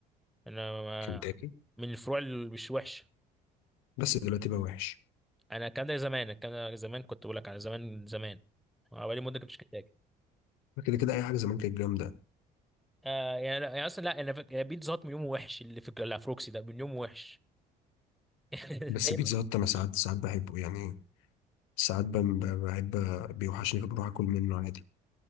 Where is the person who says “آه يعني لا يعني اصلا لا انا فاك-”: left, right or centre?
Centre